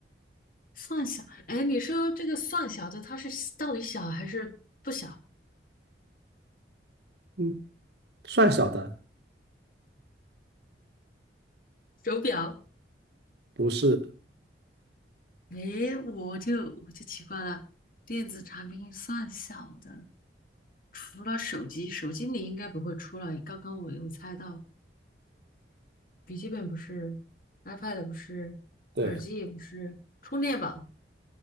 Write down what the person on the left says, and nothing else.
算小，诶，你说这个算小的，它是到底小还是不小？
手表，
诶，我就我就奇怪了，电子产品算小的，除了手机，手机你应该不会出了，刚刚我有猜到，笔记本不是，iPad 不是，
耳机也不是，充电宝。